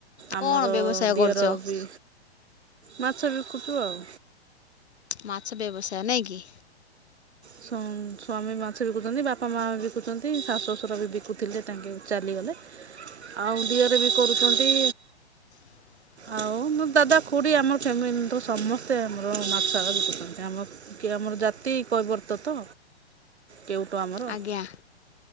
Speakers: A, on the left; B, on the right.
A: କ'ଣ
B: ଆମର
A: ବ୍ୟବସାୟ
B: ଦିଅର
A: କରୁଛ
B: ବି ମାଛ ବିକୁଛୁ ଆଉ।
A: ମାଛ ବ୍ୟବସାୟ ନାଇଁ କି?
B: ସ୍ୱା--ସ୍ୱାମୀ ମାଛ ବିକୁଛନ୍ତି, ବାପା ମା ବିକୁଛନ୍ତି, ଶାଶୁ ଶଶୁର ବି ବିକୁଥିଲେ ତାଙ୍କେ ଚାଲିଗଲେ। ଆଉ ଦିଅର ବି କରୁଛନ୍ତି।
A: <unintelligible>
B: ଆଉ ମୋ ଦାଦା, ଖୁଡ଼ି ଆମ ଫ୍ୟାମିଲିର ସମସ୍ତେ ଆମର ମାଛ ବିକୁୁଛନ୍ତି ଆମ କି ଆମର ଜାତି କୈିବର୍ତ୍ତ ତ କେଉଟ ଆମର।
A: ଆଜ୍ଞା